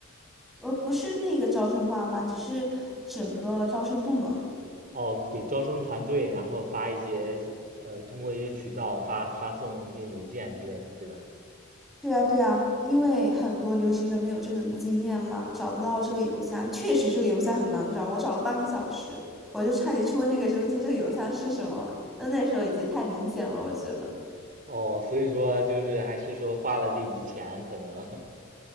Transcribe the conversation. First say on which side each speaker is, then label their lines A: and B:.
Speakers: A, in the centre; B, on the right (about 40°).
A: 呃，不是那个招生官吧，只是整个招生部门。
B: 哦，给招生团队，然后发一些呃通过一些渠道发发送一些邮件之类的，对吧？
A: 对啊，对啊，因为很多留学生没有这种经验嘛，找不到这个邮箱，确实这个邮箱很难找，我找了半个小时，我就差点去问那个中介这个邮箱是什么，但那时候已经太明显了，我觉得
B: 哦，所以说就是还是说花了这笔钱，可能